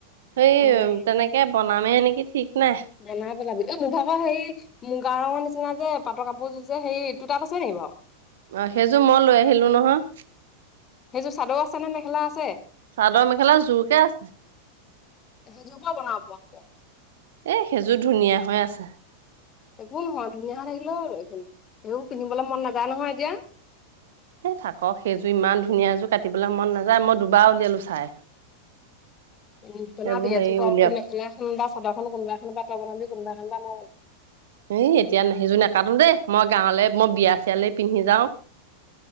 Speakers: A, on the right; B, on the left.
A: সেই
B: উম,
A: তেনেকে বনামেহে নেকি ঠিক নাই
B: বনাই পেলাবি অ মোৰ ভাগৰ সেই মুগা ৰঙৰ নিচিনা যে পাটৰ কাপোৰযোৰ যে সেই তো তাত আছে নেকি বাও
A: অ সেইযোৰ মই লৈ আহিলো নহয়
B: সেইযোৰ চাদৰ আছে নে মেখেলা আছে
A: চাদৰ মেখেলা জোৰকে আছে
B: সেই যোৰ পাওঁ বনাব পোৱা হ'ব
A: এ সেইযোৰ ধুনীয়া হৈ আছে
B: একো নহয় ধুনীয়া হৈ থাকিলে একো নহয় সবোৰ পিন্ধিবলৈ মন নাযায় নহয় এতিয়া
A: এ থাকক সেইযোৰ ইমান ধুনীয়া এযোৰ কাটিবলৈ মন নাযায় মই দুবাৰ উলিয়ালো চাই
B: উ
A: সেইবোৰ
B: ন বি
A: হেৰি
B: এজো প
A: উলিয়াম
B: মেখেলা এখন বা সদাখন কোনোবা এখন বাতৰ বনাবি কোনোবা এখন দামাব
A: এ এতিয়া সিয নকাটো দেই মই গাঁৱলে মই বিয়া চিয়ালৈ পিন্ধি যাওঁ।